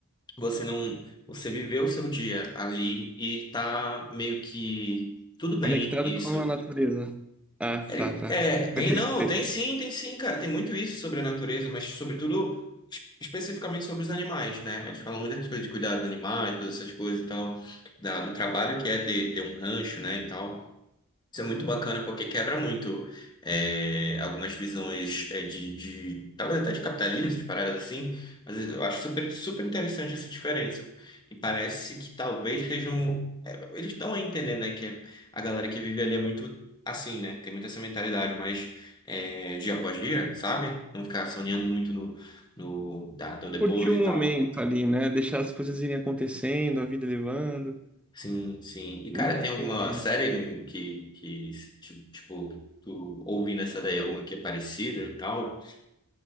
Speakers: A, on the left; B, in the centre.
A: você não, você viver o seu dia ali e tá meio que tudo bem
B: Conectado
A: isso.
B: com a natureza. Ah,
A: Ele-
B: tá, tá.
A: É, tem
B: Me antecipei.
A: não, tem sim, tem sim, cara. Tem muito isso sobre a natureza, mas sobretudo es- especificamente sobre os animais, né? Eles falam muitas coisas de cuidar dos animais, todas essas coisas e tal, da- do trabalho que é ter, ter um rancho, né, e tal. Isso é muito bacana porque quebra muito é, algumas visões é, de, de- talvez até de capitalismo, de paradas assim, mas eu acho super, super interessante essa diferença. E parece que talvez sejam. é, eles estão a entender, né? Que a galera que vive ali é muito assim, né? Tem muito essa mentalidade, mas é, dia após dia, sabe? Não ficar sonhando muito no, no, da, do depois
B: Curtir o
A: e
B: momento
A: tal.
B: ali, né? Deixar as coisas irem acontecendo, a vida levando.
A: Sim, sim. E, cara,
B: Entendi.
A: tem alguma série que, que tipo, tipo, tu ouvindo essa daí, alguma que é parecida e tal?